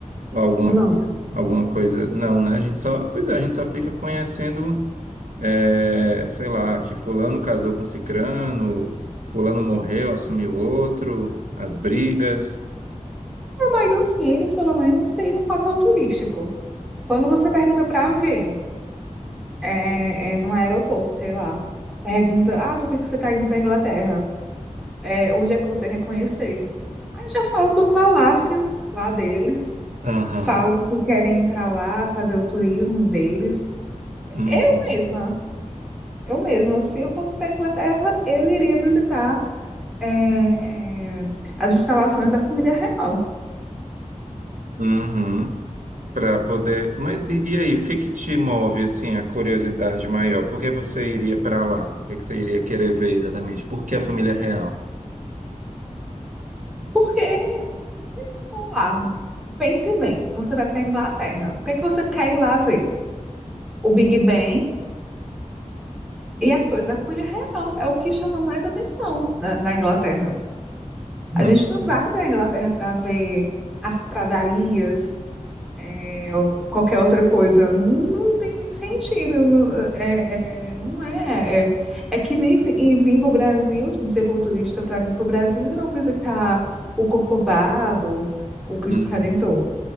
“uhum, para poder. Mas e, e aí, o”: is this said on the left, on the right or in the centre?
Right